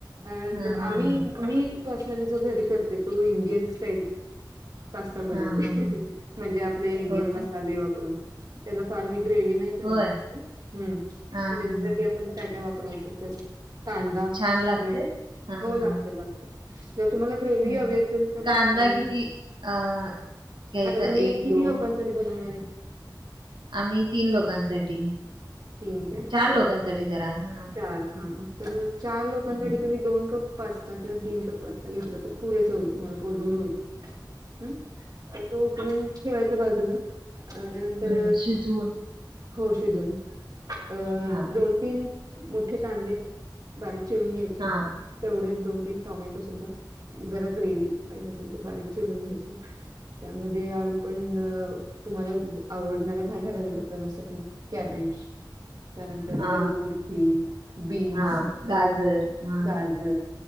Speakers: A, on the right; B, on the right.
A: अ
B: हां,
A: जर
B: हां,
A: आम्ही
B: हां.
A: मी पर्सनली जो घरी करते तो इंडियन स्टाईल पास्ता बनवते
B: हां, हां, हां.
A: म्हणजे आपले इंडियन
B: होय
A: मसाले
B: काय?
A: वापरून त्याला फार मी ग्रेव्ही नाही करत
B: होय.
A: हं
B: हां,
A: मग त्याच्यासाठी
B: हां, हां.
A: पण काय काय वापरायचं अस कांदा
B: छान लागते?
A: टोमॅटो
B: हां,
A: हो
B: हां.
A: लागत लागत जर तुम्हाला ग्रेव्ही
B: हं.
A: हवी असेल तर
B: कांदा
A: अ
B: किती अ घ्यायचा
A: आता तुम्ही
B: एक,
A: किती
B: दोन
A: लोकांसाठी बनवणार आहे.
B: आम्ही तीन लोकांसाठी
A: तीन काय
B: चार
A: अच्छा
B: लोकांसाठी धरा हा
A: चार हा तर मग चार लोकांसाठी
B: हम्म
A: तुम्ही दोन कप पास्ता किंवा तीन कप पास्ता घेतला तर पुरेस होईल तुम्हाला पोटभर होईल. हम्म तो उकडून ठेवायच बाजूला अ त्यानंतर
B: हम्म शिजवून
A: हो शिजवून अं
B: हा
A: दोन तीन मोठे कांदे बारीक चिरून घ्यायचे.
B: हा
A: तेवढेच दोन तीन टोमॅटो सुद्धा जरा ग्रेव्ही पाहिजे असेल तर बारीक चिरून घ्यायची. त्यामध्ये आपण तुम्हाला आवडणारे भाज्या घालायच्या जसं की कॅबेज त्यानंतर
B: हा
A: डबू <unintelligible> बीन्स
B: हा गाजर हा
A: डाळ <unintelligible>